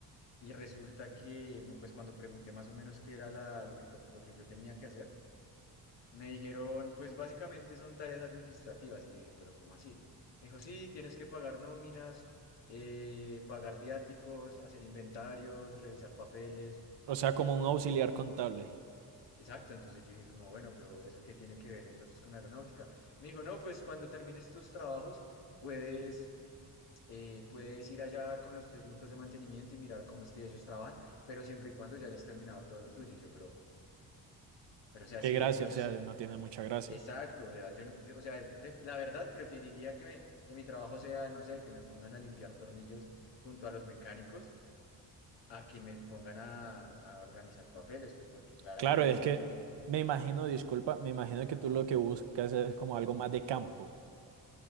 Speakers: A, on the left (about 75°); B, on the right (about 70°).
A: y resulta que, pues cuando pregunté más o menos qué era la, lo que, to- lo que yo tenía que hacer, Me dijeron, pues básicamente son tareas administrativas. Y yo dije, pero ¿cómo así? Me dijo, sí, tienes que pagar nóminas, eh, pagar viáticos, hacer inventarios, revisar papeles.
B: O sea, como un auxiliar contable.
A: Exacto, entonces yo dije como, bueno, pero ¿eso qué tiene que ver entonces con aeronáutica? Me dijo, no, pues cuando termines tus trabajos puedes, eh, puedes ir allá con los técnicos de mantenimiento y mirar cómo es que ellos trabajan, pero siempre y cuando ya hayas terminado todo lo tuyo. Y yo, pero, pero o sea,
B: Qué
A: sí,
B: gracia,
A: entonces
B: o sea, no tiene mucha gracia.
A: Exacto, o sea, yo no, yo- o sea, pref- la verdad preferiría que me, que mi trabajo sea, no sé, que me pongan a limpiar tornillos junto a los mecánicos, a que me pongan a, a organizar papeles, pues porque claramente
B: Claro, es
A: yo
B: que
A: no.
B: me imagino, disculpa, me imagino que tú lo que buscas es como algo más de campo.